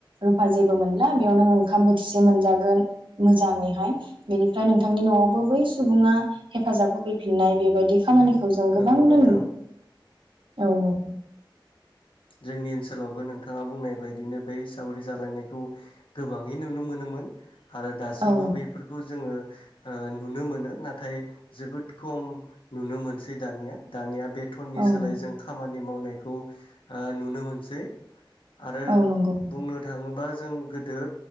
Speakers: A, on the right; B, on the left.
A: रुफा जेबो मोनला बेयाव ननो ओंखाम बोथिसे मोनजागोन मोजाङैहाय बेनिफ्राय नोंथांनि न'आवबो बै सुबुङा हेफाजाब होफैफिननाय बेबायदि खामानिखौ जों गोबांनो
B: नंगौ नोंथां
A: नु औ
B: जोंनि ओनसोलावबो नोंथाङा बुंनाय बायदिनो बै सावरि जालायनायखौ गोबाङै नुनो मोनोमोन। आरो दासिमबो
A: औ नंगौ
B: बैफोरखौ जोङो ओ नुनो मोनो नाथाय जोबोद खम नुनो मोनसै दानिया दानिया बे थनि
A: औ नंगौ
B: सोलाय जों खामानि नि मावनायखौ आं नुनो मोनसै। आरो
A: औ नंगौ
B: बुंनो थाङोब्ला जों गोदो